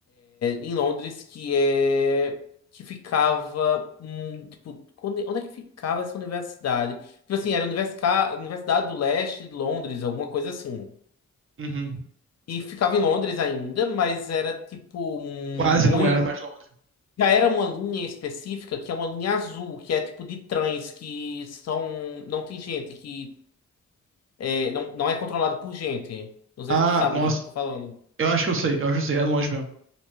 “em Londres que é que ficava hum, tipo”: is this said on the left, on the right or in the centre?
Left